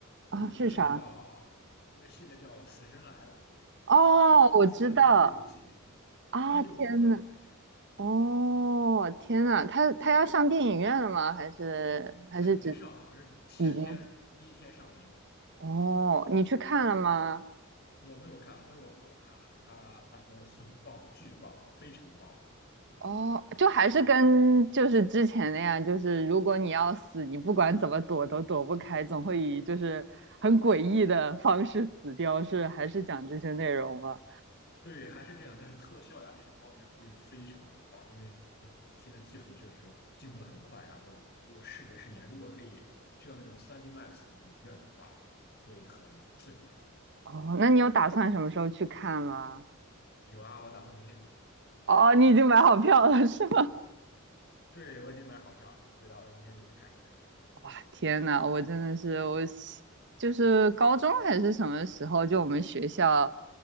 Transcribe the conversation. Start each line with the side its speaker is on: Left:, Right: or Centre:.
Left: 有一部电影叫
Right: 啊，是啥？
Left: 一个系列叫《死神来了》，
Right: 哦，
Left: 它出了第六季，
Right: 我知道啊！
Left: 第六部吧，
Right: 天呐，
Left: 应该是，
Right: 哦，天呐，他他要上电影院了吗？还是还是只
Left: 它已经上了，好像是前天第一天上映。
Right: 已经？哦，你去看了吗？
Left: 我没有看啊，但是我朋友看了，他他说很棒，巨棒，非常棒。
Right: 哦，就还是跟就是之前那样，就是如果你要死，你不管怎么躲都躲不开，总会以就是很诡异的方式死掉，是还是讲这些内容吧？
Left: 对，还是这样，但是特效呀这些方面会非常的棒，因为现在技术确实进步的很快。然后，如果视觉盛宴，如果可以去到那种三 d Max 影院的话，会很刺激。
Right: 哦，那你有打算什么时候去看吗？
Left: 有啊，我打算明天就去。
Right: 哦，你已经买好票了是吗？<laughs>
Left: 对，我已经买好票了，我就打算明天就去看一看。
Right: 哇，天呐，我真的是我喜，就是高中还是什么时候，就我们学校